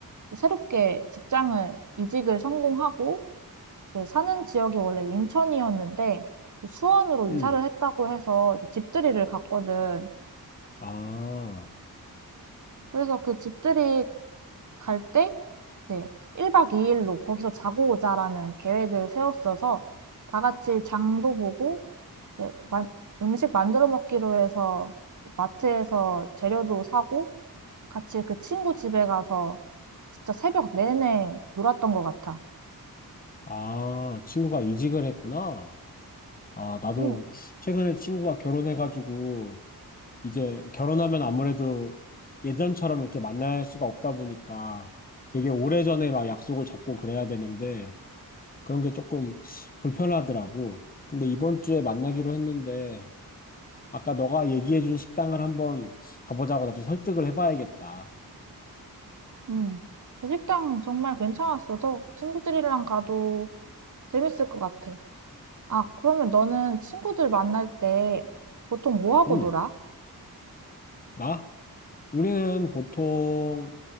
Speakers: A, on the right; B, on the left.
A: 새롭게 직장을 이직을 성공하고 이제 사는 지역이 원래 인천이었는데 수원으로
B: 음.
A: 이사를 했다고 해서 이제 집들이를 갔거든.
B: 아,
A: 그래서 그 집들이 갈 때, 이제 1박 2일로 거기서 자고 오자라는 계획을 세웠어서 다 같이 장도 보고, 이제 만- 음식 만들어 먹기로 해서 마트에서 재료도 사고, 같이 그 친구 집에 가서 진짜 새벽 내내 놀았던 것 같아.
B: 아, 친구가 이직을 했구나. 아, 나도
A: 응,
B: 최근에 친구가 결혼해가지고, 이제 결혼하면 아무래도 예전처럼 이렇게 만날 수가 없다 보니까 되게 오래전에 막 약속을 잡고 그래야 되는데, 그런 게 조금 불편하더라고. 근데 이번 주에 만나기로 했는데, 아까 너가 얘기해준 식당을 한번 가보자고 나도 설득을 해봐야겠다.
A: 응. 그 식당 정말 괜찮았어서 친구들이랑 가도 재밌을 것 같아. 아, 그러면 너는 친구들 만날 때 보통 뭐 하고
B: 음,
A: 놀아?
B: 나 우리는 보통